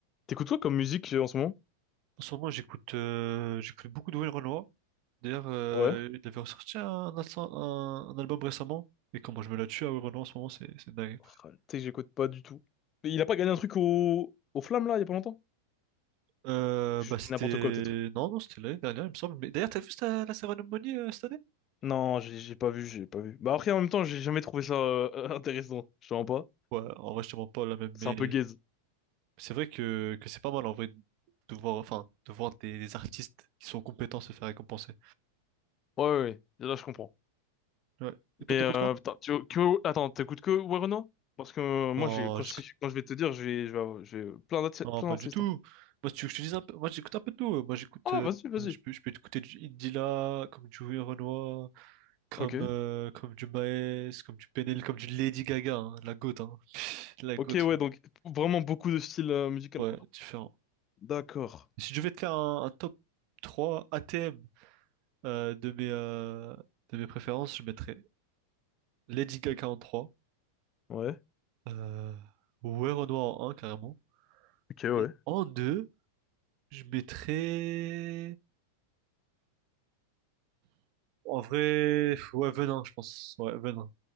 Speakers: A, on the left; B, on the right.
A: T'écoutes quoi comme musique euh, en ce moment?
B: En ce moment, j'écoute euh, j'écoute beaucoup de Will Renoir. D'ailleurs, euh,
A: Ouais.
B: il avait ressorti un, alsa- un- un album récemment. Et comment je me la tue à Will Renoir en ce moment, c'est c'est dingue.
A: Oh, tu sais que j'écoute pas du tout. Mais il a pas gagné un truc au, au Flamme là, il y a pas longtemps?
B: Euh,
A: Je
B: bah
A: dis
B: c'était...
A: n'importe quoi peut-être.
B: Non, non, c'était l'année dernière, il me semble. Mais d'ailleurs, t'as vu cette- la cérémonie euh, cette année?
A: Non, j'ai j'ai pas vu, j'ai pas vu. Bah après en même temps, j'ai jamais trouvé ça euh, <laughs> intéressant. Je te mens pas.
B: Ouais, en vrai, je te mens pas là même,
A: C'est
B: mais
A: un peu gaze.
B: c'est vrai que, que c'est pas mal en vrai de voir, enfin, de voir des, des artistes qui sont compétents se faire récompenser.
A: Ouais, ouais, ouais. Là, je comprends.
B: Ouais. Et toi,
A: Mais
B: t'écoutes
A: euh,
B: quoi?
A: putain, tu, que- attends, t'écoutes que Werenoi? Parce que euh, moi,
B: Non,
A: j'ai quand, si- quand je vais te dire, je vais, je vais, avoir- je vais- plein d'artistes,
B: Non,
A: plein
B: pas
A: d'artistes.
B: du tout.
A: hein.
B: Moi, si tu veux que je te dise un peu, moi j'écoute un peu de tout. Moi, j'écoute,
A: Ah,
B: euh,
A: vas-y, vas-y.
B: je peux, je peux écouter du Indila, comme du Louis Renoir, comme,
A: Ok.
B: euh, comme du Maes, comme du Penel, comme du Lady Gaga, hein, la goat, hein. <laughs> La goat,
A: Ok, ouais, donc vraiment beaucoup de styles euh, musicaux
B: ouais,
A: quoi.
B: Ouais, différent.
A: D'accord.
B: Si je devais te faire un, un top 3 ATM euh, de mes, euh, de mes préférences, je mettrais Lady Gaga en trois
A: Ouais.
B: euh, Louis Renoir en un carrément.
A: Ok, ouais.
B: Et en 2 je mettrais. En vrai, ouais, Venin, je pense. Ouais, Venin.